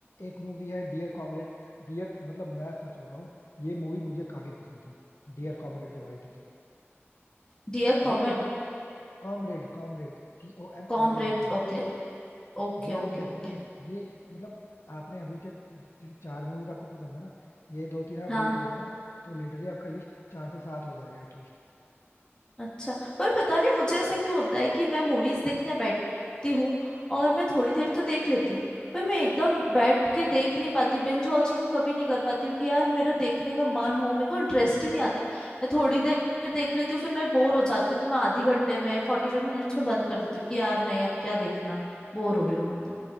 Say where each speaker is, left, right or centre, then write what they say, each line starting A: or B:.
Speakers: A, on the left; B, on the left.
A: एक मूवी है डियर कॉमरेड डियर मतलब मैं सच बताऊं ये मूवी मुझे काफी पसंद थी डियर कॉमरेड जब आई थी तो
B: डियर कॉमेड
A: ये ये सब कॉमरेड कॉमरेड सी ओ एम
B: Comrade
A: आर ए डी ई
B: okay okay
A: ये
B: okay
A: आप देखना
B: okay
A: ये मतलब आपने अभी तक जैसे चार मूवीज आपको पसंद है ना ये दो तीन आप
B: हाँ
A: देख लोगे ना तो लिटरली आपका लिस्ट चार से सात हो जाएगा एटलीस्ट।
B: अच्छा पर पता नहीं मुझे ऐसा क्यों होता है कि मैं मूवीज देखने बैठती हूँ और मैं थोड़ी देर तो देख लेती हूँ पर मैं एकदम बैठ के देख नहीं पाती बिंज वॉचिंग कभी नहीं कर पाती हूँ कि यार मेरा देखने का मन हो मेरे को इंटरेस्ट ही नहीं आता है मैं थोड़ी देर देख लेती हूँ फिर मैं बोर हो जाती हूँ तो मैं आधी घंटे में फोर्टी फाइव मिनट्स में बंद कर देती हूँ कि यार नहीं अब क्या देखना बोर हो रही हूँ मैं तो